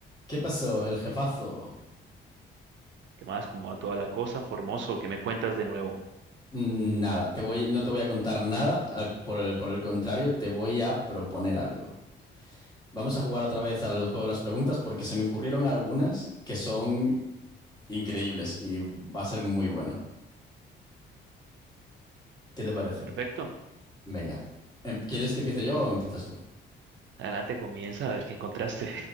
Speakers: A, on the left; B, on the right.
A: ¿Qué pasó, el jefazo?
B: ¿Qué más? ¿Cómo va toda la cosa? Formoso, ¿qué me cuentas de nuevo?
A: Mm, Nada, te voy, no te voy a contar nada, al- por el, por el contrario, te voy a proponer algo. Vamos a jugar otra vez al juego de las preguntas porque se me ocurrieron algunas que son increíbles y va a ser muy bueno. ¿Qué te parece?
B: Perfecto.
A: Venga. Em, ¿Quieres que empiece yo o empiezas tú?
B: Adelante, comienza a ver qué encontraste.